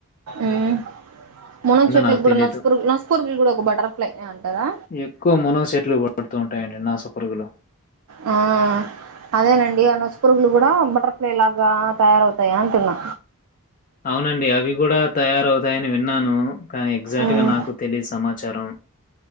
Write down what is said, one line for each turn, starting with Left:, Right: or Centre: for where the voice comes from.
Right: ఉమ్ మునగు చెట్లకుకి
Left: నాకు
Right: కూడా
Left: తెలీదు.
Right: నస్పురుగు నస్పురుగులు కూడా ఒక బటర్ఫ్లై అంటారా
Left: ఎక్కువ మునగ చెట్లు పడుతూ ఉంటాయండి నాస పొరుగులు
Right: ఆ అదేనండి ఆ నచ్చపురుగులు కూడా బటర్ఫ్లై లాగా తయారవుతాయా అంటున్నా
Left: అవునండి అవి కూడా తయారవుతాయని విన్నాను కానీ ఎగ్జాక్ట్
Right: ఉమ్
Left: గా నాకు తెలియ సమా చారం